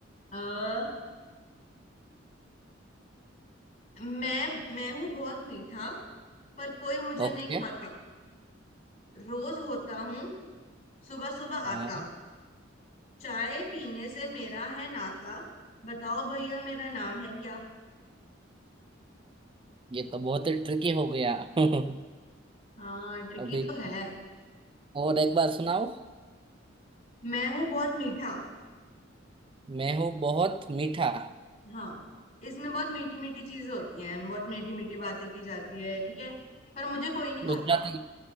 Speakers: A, on the left; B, on the right.
A: अ, मैं मैं हूँ बहुत मीठा पर कोई मुझे
B: ओके
A: नहीं खाता रोज होता हूँ सुबह सुबह
B: हाँ
A: आता चाय पीने से मेरा है नाता बताओ भैया मेरा नाम है क्या
B: ये तो बहुत ही ट्रिकी हो गया <laughs>
A: हाँ ट्रिकी
B: अभी
A: तो है
B: और एक बार सुनाओ
A: मैं हूँ बहुत मीठा
B: मैं हूँ बहुत मीठा
A: हाँ इसमें बहुत मीठी मीठी चीजें होती हैं बहुत मीठी मीठी बातें की जाती है ठीक है पर मुझे कोई नहीं खाता
B: गुजराती